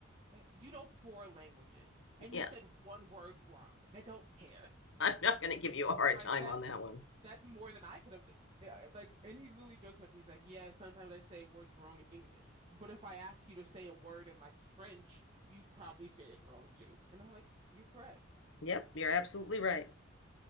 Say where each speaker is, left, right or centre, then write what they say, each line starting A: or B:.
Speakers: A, on the right; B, on the left.
A: eh, you know four languages and
B: Yeah,
A: you said one word wrong, I don't care.
B: <laughs> I'm not going to give you a hard
A: Like,
B: time
A: that's
B: on that one.
A: that's more than I could have done. Yeah, Like, and he literally jokes about it. He's like, yeah, sometimes I say words wrong in English, but if I asked you to say a word in like French, you'd probably say it wrong too. And I'm like, you're correct.
B: Yep, you're absolutely right.